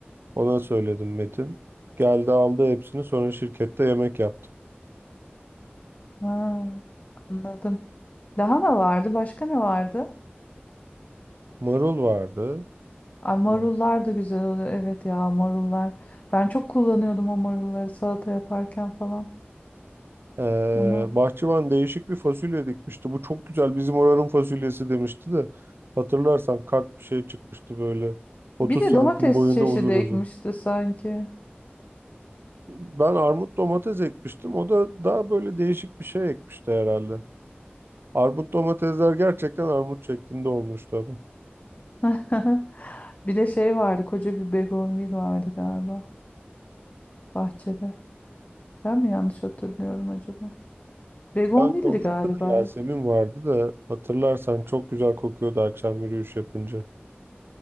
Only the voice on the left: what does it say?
Ha, anladım. Lahana vardı. Başka ne vardı?
Ay marullar
da güzel oluyor. Evet ya marullar. Ben çok kullanıyordum o marulları salata yaparken falan.
Onu.
Bir de
domates
çeşidi
ekmişti
sanki.
<laughs> Bir de şey vardı. Koca bir begonvil vardı galiba bahçede. Ben mi yanlış hatırlıyorum acaba? Begonvil'di
galiba.